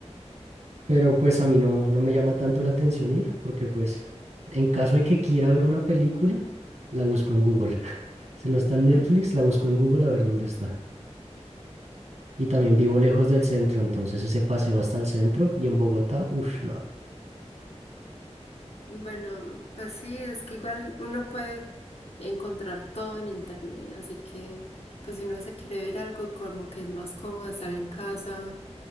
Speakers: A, on the right; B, on the left.
A: Pero pues a mí no, no me llama tanto la atención ir, porque pues en caso de que quiera ver una película, la busco en Google. Si no está en Netflix,
B: <laughs>
A: la busco en Google a ver dónde está. Y también vivo lejos del centro, entonces ese paseo hasta el centro y en Bogotá, uff, no.
B: Bueno, pues sí, es que igual uno puede encontrar todo en internet, así que pues si uno se quiere ver algo como que es más cómodo estar en casa